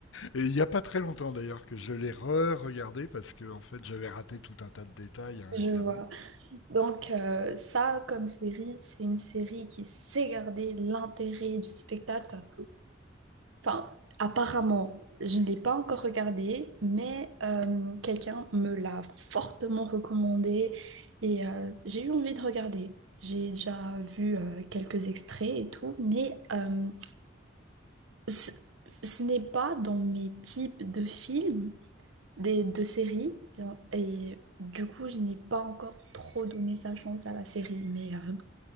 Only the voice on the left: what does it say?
Et il n'y a pas très longtemps d'ailleurs que je l'ai re-regardé parce que en fait j'avais raté tout un tas de détails hein,
évidemment.